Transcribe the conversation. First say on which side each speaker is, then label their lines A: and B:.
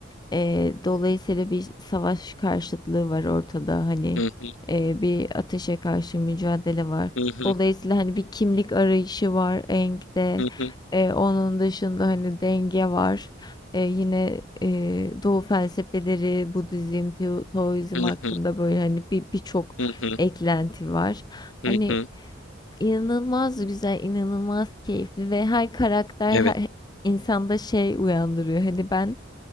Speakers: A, on the left; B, on the left.
A: eee, dolayısıyla bir savaş karşıtlığı var ortada, hani,
B: hı hı,
A: eee, bir ateşe karşı mücadele var.
B: hı hı,
A: Dolayısıyla, hani, bir kimlik arayışı var Aang'de.
B: hı hı,
A: Eee, onun dışında, hani, denge var. Eee, yine, eee, Doğu felsefeleri, Budizm, Teo Taoizm
B: hı
A: hakkında,
B: hı,
A: böyle, hani, bir birçok
B: hı hı,
A: eklenti var.
B: hı
A: Hani
B: hı.
A: inanılmaz güzel, inanılmaz keyifli ve her karakter
B: Evet.
A: her insanda şey uyandırıyor. Hani ben